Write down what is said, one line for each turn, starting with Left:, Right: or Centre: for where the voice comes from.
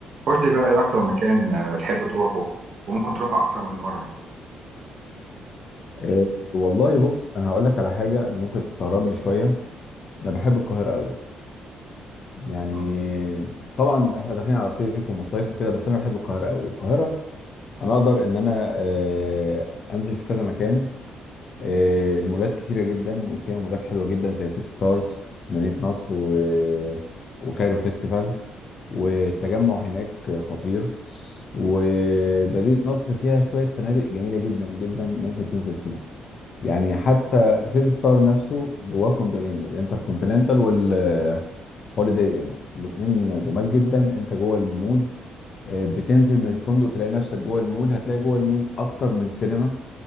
Right: قول لي بقى ايه اكتر مكان آه، تحب تروحه وممكن تروحه اكتر من مره
Left: إيه، والله بص انا هقول لك على حاجه ممكن تستغربني شويه انا بحب القاهره قوي يعني
Right: م.
Left: طبعا احنا داخلين على صيف ومصايف وكده بس انا بحب القاهره قوي القاهره انا اقدر ان انا آه، انزل في كذا مكان آه، المولات كتيره جدا وفيها مولات حلوه جدا زي سيتي ستارز مدينه نصر و... وكايرو فيستيفال والتجمع هناك خطير ومدينه نصر فيها شويه فنادق جميله جدا جدا ممكن تنزل فيها يعني حتى سيتي ستار نفسه جواه فندقين الانتر كونتيننتال والهوليداي ان الاثنين جمال جدا انت جوه المول آه، بتنزل من الفندق تلاقي نفسك جوه المول هتلاقي جوه المول اكتر من سينما